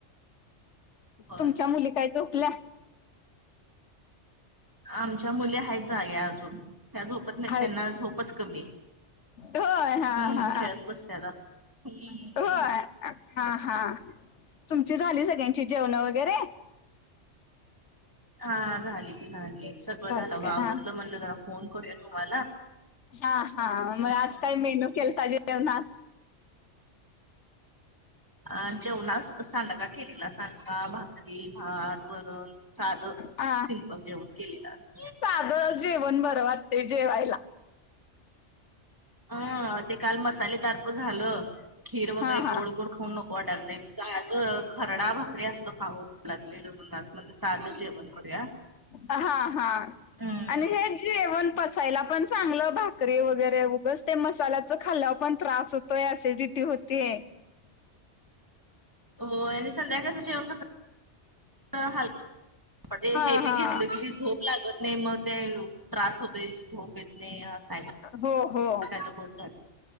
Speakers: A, on the right (about 15°); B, on the left (about 75°).
A: होय.
B: तुमच्या मुली काय झोपल्या?
A: आमच्या मुली हायेत जाग्या अजून. त्या झोपत नाही,
B: आहेत
A: त्यांना झोपच कमी आहे.
B: होय हा
A: हं
B: हा
A: खेळत बसतत्यात अजून. ही
B: होय हा हा. तुमची झाली सगळ्यांची जेवण वगैरे?
A: हा झाली की झाली सगळं
B: झाली
A: झालं
B: काय
A: आवरलं.
B: हा
A: म्हटलं जरा फोन करूया तुम्हाला.
B: हा हा. म
A: हं.
B: आज काय मेनू केलता जेवणात?
A: अ जेवणास सांडगा केलेला. सांडगा, भाकरी, भात. वरण. साध
B: हा
A: सिंपल जेवन केलेलं आज.
B: ध जेवण बरं वाटतय जेवायला.
A: अं ते काल मसालेदार पण झालं खीर वगैरे
B: हा हा
A: गोड गोड खाऊ नको वाटायला अ खरडा भाकरी असल खाऊ वाटू लागलेलं मला आज. म्हणल आज साध जेवण करूया.
B: हा हा
A: हम्म.
B: आणि जे जेवण पचायला पण चांगलं भाकरी वगैरे. उगच ते मसाल्याच खाल्यावर पण त्रास होत तोय. सिडिटी होतीय.
A: होय आणि संध्याकाळच जेवण कस, हलकं, म्हणजे
B: हा
A: हेवी
B: हा
A: घेतलं कि ती झोप लागत नाही मग ते त्रास होतोय झोप येत नाही. काय
B: हो हो!
A: काय तर होत जातंय.